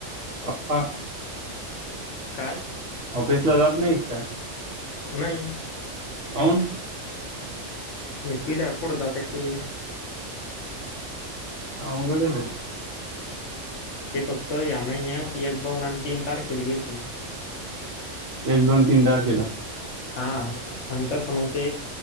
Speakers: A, on the right; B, on the left.
A: वापा
B: काय
A: ऑफिस ला जात नाही काय
B: नाही
A: कोण
B: पिलावर कुठं जात ते
A: अवघड अहं भाऊ
B: ते फक्त या महिन्यात एक दोन आणि तीन तारखेला गेलती
A: एक दोन तीन तारखेला
B: हा आणिं तस मग ते